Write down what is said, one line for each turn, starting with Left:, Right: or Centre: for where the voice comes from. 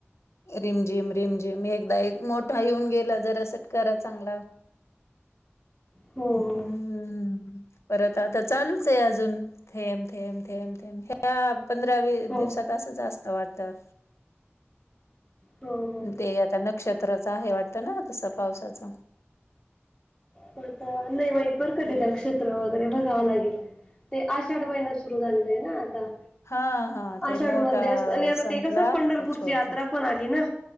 Left: रिम झिम रिम झिम एकदा एक मोठा येऊन गेला जर असं करा चांगला. हम.
Centre: हो हो
Left: हम्म परत आता चालूच आहे अजून थेम थेम थेम थेम ह्या. पंधरा विस
Centre: हो
Left: दिवसात असंच असत वाटत.
Centre: हो हो
Left: ते आता नक्षत्राच आहे वाटत ना तस पावसाच.
Centre: प ता अ नय बाई पण कधी नक्षत्र वगैरे बगाव लगेल. ते आषाढ महिन्यात सुरू झालेले आहे ना आता.
Left: हा हा ते
Centre: आषाढ
Left: मोठा
Centre: मध्ये असत आणि आता
Left: संपला
Centre: ते कसं
Left: आता
Centre: पंढरपूरची
Left: छोटा.
Centre: यात्रा पण आली ना